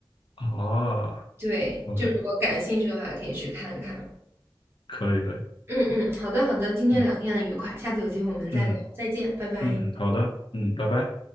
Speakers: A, on the left; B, on the right.
A: 啊
B: 对，
A: ，OK，
B: 就如果感兴趣的话，可以去看看。
A: 可以可以，
B: 嗯嗯，好的好的，今天聊天很愉快，
A: 嗯
B: 下次有机会我们再聊，
A: 嗯
B: 再见，拜拜。
A: 嗯嗯，好的，嗯，拜拜。